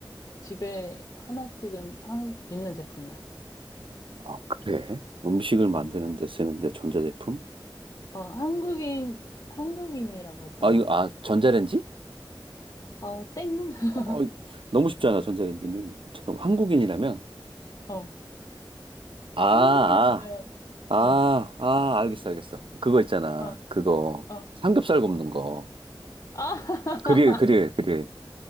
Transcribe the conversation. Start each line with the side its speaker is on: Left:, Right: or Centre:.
Left: 집에 하나씩은 한- 있는 제품이야.
Right: 아, 그래? 음식을 만드는
Left: 어,
Right: 데 쓰는데 전자제품?
Left: 어, 한국인 한국인이라고 했잖아.
Right: 아, 이거, 아, 전자레인지?
Left: 어, 땡. <laughs>
Right: 어, 너무 쉽잖아, 전자레인지는. 잠깐, 한국인이라면?
Left: 어,
Right: 아, 아,
Left: 한국인이라면
Right: 아,
Left: 어,
Right: 아, 알겠어, 알겠어. 그거 있잖아.
Left: 어,
Right: 그거.
Left: 어.
Right: 삼겹살 굽는 거.
Left: 아,
Right: 그릴, 그릴,
Left: <laughs>
Right: 그릴.